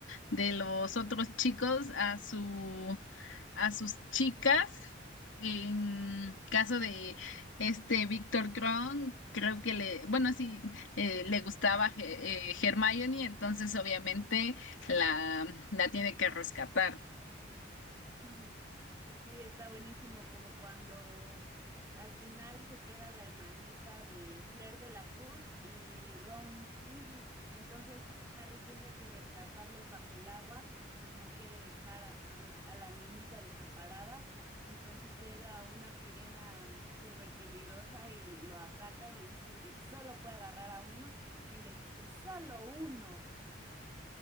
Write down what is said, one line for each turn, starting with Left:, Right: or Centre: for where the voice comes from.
Left: de los otros chicos, a su, a sus chicas. En caso de este Víctor Kron, creo que le, bueno, sí, eh, le gustaba Ge- eh, Hermione, entonces obviamente la, la tiene que rescatar.
Right: <laughs> Sí, está buenísimo, como cuando al final se queda la hermanita de Flair de la Cour y Ron Weasley. Entonces Harry tiene que rescatarlos bajo el agua, pues no quiere dejar a, a- a la niñita desamparada. Entonces llega una sirena súper peligrosa y lo ataca y le dice que solo puede agarrar a uno y le dice solo uno.